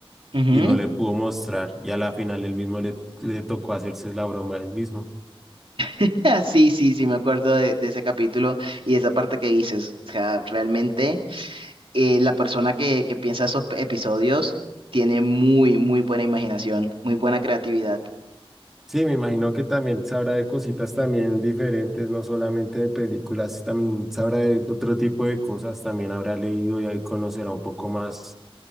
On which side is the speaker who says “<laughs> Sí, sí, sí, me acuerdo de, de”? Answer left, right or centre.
Right